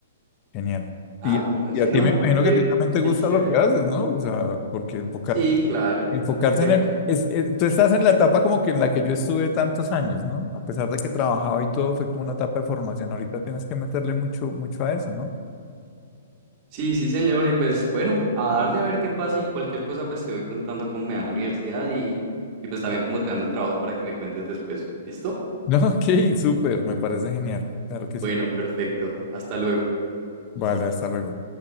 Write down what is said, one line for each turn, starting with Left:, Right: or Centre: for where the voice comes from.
Left: Genial.
Right: Ah,
Left: Y,
Right: bueno,
Left: y
Right: sí,
Left: a ti
Right: no,
Left: me imagino
Right: qué,
Left: que a ti también te gusta
Right: qué chévere.
Left: lo que haces, ¿no? O sea, porque enfocar,
Right: Sí, claro,
Left: enfocarse
Right: no me quejo.
Left: en el... Es, es- tú estás en la etapa como que en la que yo estuve tantos años, ¿no? A pesar de que trabajaba y todo, fue como una etapa de formación. Ahorita tienes que meterle mucho, mucho a eso, ¿no? <laughs>
Right: Sí, sí, señor, y pues bueno, a darle a ver qué pasa y cualquier cosa, pues te voy contando cómo me va en la universidad y, y pues también cómo te dan el trabajo para que me cuentes después. ¿Listo?
Left: No, ok, súper, me parece genial. Claro que
Right: Bueno,
Left: sí.
Right: perfecto. Hasta luego.
Left: Vale, hasta luego.